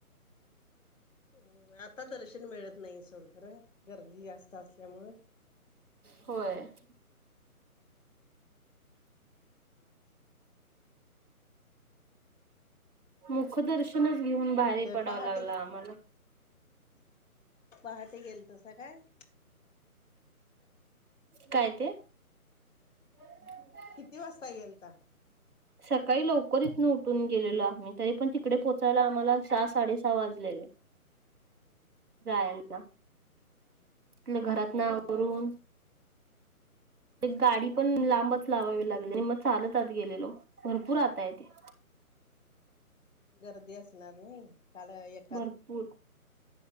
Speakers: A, on the left (about 55°); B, on the right (about 80°).
A: हम् आता दर्शन मिळत नाही. सोड खर गर्दी जास्त असल्यामुळं.
B: होय. <inaudible> मुखदर्शनच घेऊन बाहेर पडाव
A: पहाटे
B: लागला आम्हाला.
A: पहाटे गेल तसा काय.
B: काय ते. <unintelligible>
A: किती वाजता गेलता.
B: सकाळी लवकर हितन उठून गेलेलो. आम्ही तरी पण तिकडे पोहोचायला आम्हाला सहा साडे सहा वाजलेले. जाया मग घरातन
A: हम्म
B: आवरून.
A: हम्म
B: गाडी पण लांबच लावावी लागली. आणि मग चालत आत गेलेलो. भरपूर आत हाय ते.
A: गर्दी असणार नाही. काल एक
B: भरपूर